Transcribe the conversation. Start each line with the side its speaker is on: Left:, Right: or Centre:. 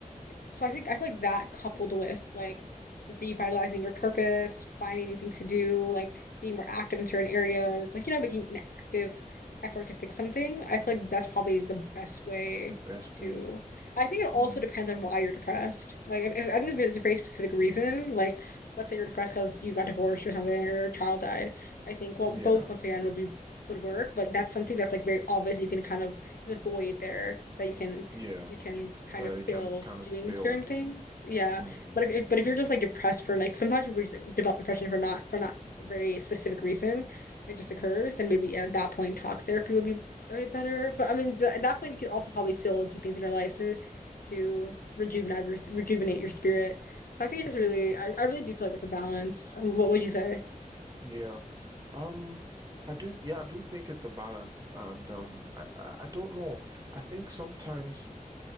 Left: so I think I feel like that coupled with like revitalizing your purpose, finding new things to do, like being more active in certain areas, like you know, making an active effort to fix something, I feel like that's probably the best way
Right: The best
Left: to.
Right: way.
Left: I think it
Right: Mm.
Left: also depends on why you're depressed. Like if, if- I think if it's a very specific reason, like let's say you're depressed because you got divorced or something or your child died, I think well
Right: Yeah.
Left: both once again
Right: Mm.
Left: would be would work, but that's something that's like very obvious you can kind of there's a void there that you can
Right: Yeah.
Left: you can kind
Right: But
Left: of
Right: you
Left: feel
Right: can kind of
Left: doing
Right: feel.
Left: certain things. Yeah.
Right: Mm.
Left: But if, if but
Right: Mm.
Left: if you're just like depressed for like sometimes people just develop depression for not for not a very specific reason, it just
Right: Mm.
Left: occurs, then maybe yeah, at that point talk therapy would be a bit better. But I mean th- at that point you could also probably feel do things in your life to to rejuvenate your rejuvenate your spirit. So I think it just
Right: Hmm.
Left: really I, I really do feel like it's a balance. Um, What would you say?
Right: Yeah. Um, I do, yeah, I do think it's a balance and um I, I I don't know. I think sometimes